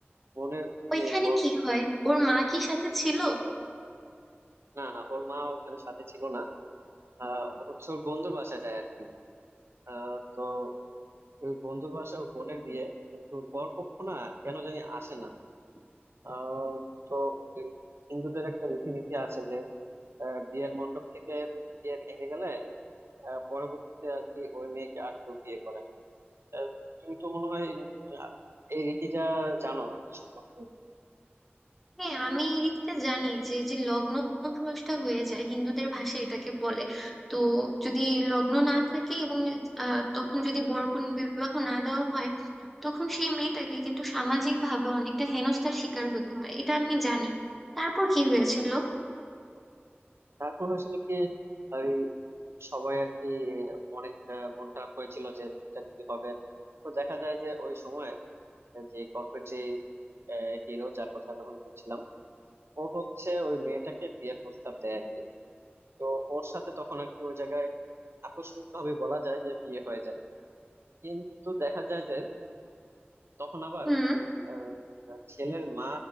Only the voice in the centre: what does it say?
ওইখানে
কি হয় ওর মা কি সাথে ছিল
হ্যাঁ আমি এই দিকটা জানি যে যে লগ্ন ভ্রষ্ট হয়ে যায় হিন্দুদের ভাষায় এটাকে বলে তো যদি লগ্ন না থাকে এবং আহ, তখন যদি বরকনে বিবাহ না দেওয়া হয় তখন সেই মেয়েটাকে কিন্তু সামাজিক ভাবে অনেকটা হেনস্থার শিকার হতে হয় এটা আমি জানি তারপর কি হয়েছিল
হুম